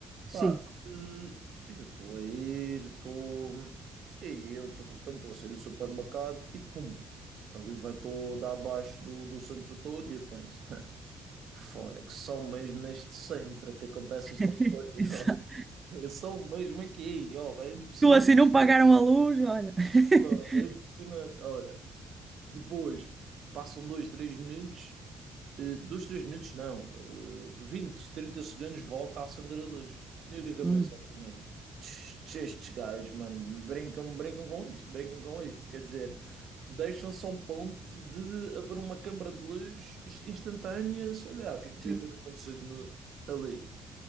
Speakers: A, on the right; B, on the right.
A: sim.
B: Pá, eh, eu estou a ir, estou. E eu de repente estou a sair do supermercado e pum! A luz vai toda abaixo do, do centro todo e eu penso, <laughs> fone, que são mesmo neste centro que acontecem
A: <laughs>
B: estas coisas.
A: Exato.
B: ó. <laughs> Eu sou mesmo aqui, ó, é impressionante,
A: Tu assim não pagaram a luz, olha. <laughs>
B: ó, é impressionante. Olha, Depois passam 2, 3 minutos, eh, Dois, 3 minutos não, eh, 20, 30 segundos, volta a acender a luz. E o que é que eu
A: Hum,
B: pensar para mim? Tch, tch, Estes gajos, mano, brincam, brincam com isto, brincam com isto. Quer dizer, deixam-se ao ponto de haver uma câmara de luz inst- instantânea, sei lá, o que é que devia
A: sim,
B: ter acontecido no- ali.